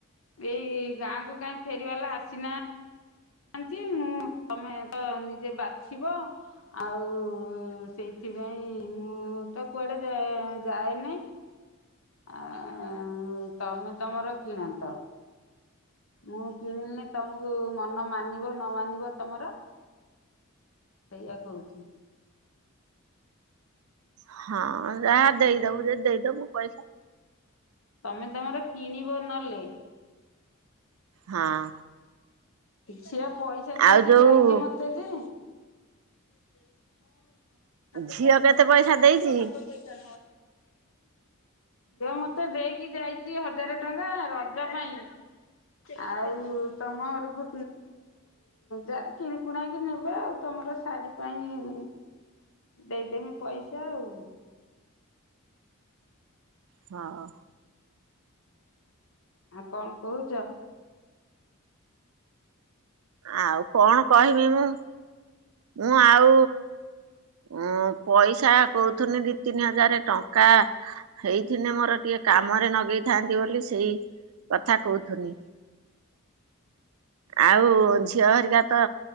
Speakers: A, on the left; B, on the right.
A: ଏଇ ଗାଁ କୁ କାଇଁ ଫେରିବାଲା ଆସିନା ନାନ୍ତି, ମୁଁ ତମେ ତ ନିଜେ ବାଛିବ। ଆଉ ସେଇଥିପାଇଁ, ମୁଁ ତ କୁଆଡେ ଯାଏ, ଯାଏନାଇ। ଆ ଆ, ତମେ ତମର କିଣନ୍ତ। ମୁଁ କିଣିଲେ ତମକୁ ମନ ମାନିବ ନ ମାନିବ ତମର? ସେଇଆ କହୁଚି।
B: ହଁ, ଯାହା ଦେଇଦବୁ ଯଦି ଦେଇଦବୁ ପଇସା।
A: ତମେ ତମର କିଣିବ ନଲେ।
B: ହଁ।
A: ଝିଅ ପଇସା ଦେଇକି
B: ଆଉ ଯୋଉ
A: ଯାଇଚି ମତେ ଯେ ହଁ, ସାତ
B: ଝିଅ
A: ଶ, ତ ସାତଶଟା
B: କେତେ ପଇସା
A: କରିଚି
B: ଦେଇଛି?
A: ତ ସାତ ଝିଅ ମତେ ଦେଇକି ଯାଇଚି ହଜାର ଟଙ୍କା, ର ରଜ ପାଇଁ ଆଉ ତମ ଘରକୁ ଯା କିଣିକୁଣାକି ନେବେ ଆଉ, ତମର ଶାଢ଼ୀ ପାଇଁ ଦେଇଦେମି ପଇସା ଆଉ।
B: ହଁ,
A: ଆଉ କଣ କହୁଛ?
B: ଆଉ କଣ କହିବି ମୁଁ, ମୁଁ ଆଉ ଉଁ ପଇସା କହୁଥିନି ଦି ତିନି ହଜାର ଟଙ୍କା <unintelligible> ହେଇଥିନେ ମୋର ଟିକେ କାମରେ ନଗେଇଥାନ୍ତି ବୋଲି ସେଇକଥା କହୁଥିନି। ଆଉ ଝିଅ ହରିକା ତ